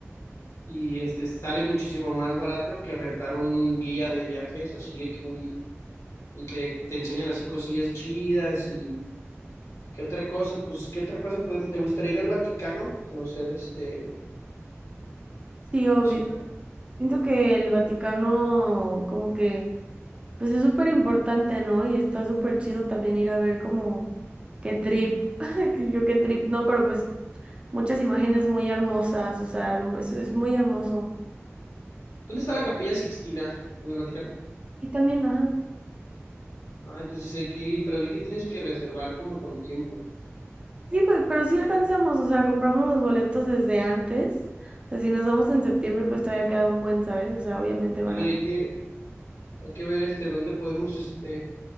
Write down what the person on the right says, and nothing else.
sí, obvio.
Siento que el Vaticano como que pues es súper importante, ¿no? Y está súper chido también ir a ver como qué trip, <laughs> que yo qué trip, no, pero pues muchas imágenes muy hermosas, o sea, mu- es, es muy hermoso.
Y también, ajá.
Sí, pues, pero sí alcanzamos, o sea, compramos los boletos desde antes. O sea, si nos vamos en septiembre, pues todavía queda un buen, ¿sabes? O sea, obviamente van
a